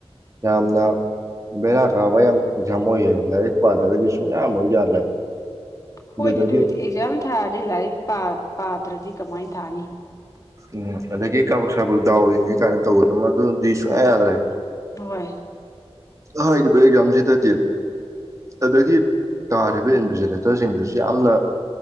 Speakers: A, on the right; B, on the left.
A: ꯌꯥꯝꯅ ꯕꯦꯔꯥ ꯀꯥꯕ ꯌꯥꯝ ꯑꯦꯛꯖꯥꯝ ꯑꯣꯏꯌꯦ ꯂꯥꯏꯔꯤꯛ ꯄꯥꯗ꯭ꯔꯒꯗꯤ ꯁꯨꯛꯌꯥꯝꯃ ꯌꯥꯗ꯭ꯔꯦ
B: ꯍꯣꯏꯅꯦ
A: ꯑꯗꯨꯗꯒꯤ
B: ꯑꯗꯨꯕꯨꯗꯤ ꯑꯦꯛꯖꯥꯝ ꯊꯥꯔꯗꯤ ꯂꯥꯏꯔꯤꯛ ꯄꯥ ꯄꯥꯗ꯭ꯔꯗꯤ ꯀꯃꯥꯏꯅ ꯊꯥꯅꯤ
A: ꯎꯝ ꯑꯗꯒꯤ ꯀꯥꯕꯛ ꯁꯥꯕꯛ ꯗꯥꯎ ꯌꯦꯡꯒꯦ ꯀꯥꯏꯅ ꯇꯧꯕꯗꯨꯃ ꯗꯨꯗꯤꯁꯨꯛꯌꯥ ꯌꯥꯗ꯭ꯔꯦ
B: ꯍꯣꯏ
A: ꯍꯥꯏꯔꯤꯕ ꯑꯦꯛꯖꯥꯝꯁꯤꯗꯗꯤ ꯑꯗꯒꯤ ꯇꯥꯔꯤꯕ ꯏꯟꯚꯤꯖꯤꯂꯦꯇꯔꯁꯤꯡꯗꯨꯁꯨ ꯌꯥꯝꯅ